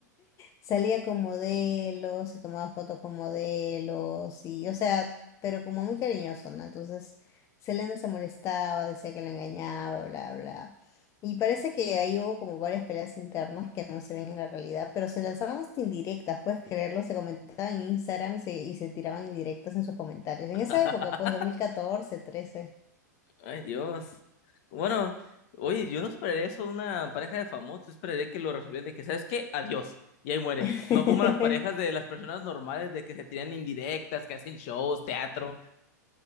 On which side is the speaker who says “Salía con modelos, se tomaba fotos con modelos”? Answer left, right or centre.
Left